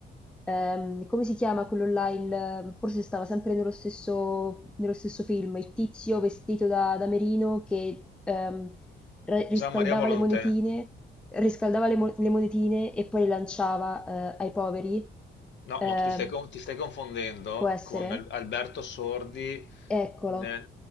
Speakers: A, in the centre; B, on the left.
A: Ehm, come si chiama quello là? il- forse stava sempre nello stesso, nello stesso film, il tizio vestito da, da merino che ehm, ra- riscaldava
B: Gian Maria Volonté.
A: le monetine, riscaldava le, mo- le monetine e poi le lanciava eh, ai poveri.
B: No,
A: Ehm,
B: ma tu ti stai, con- ti stai confondendo
A: può essere?
B: con Al- Alberto Sordi
A: Eccolo,
B: nel,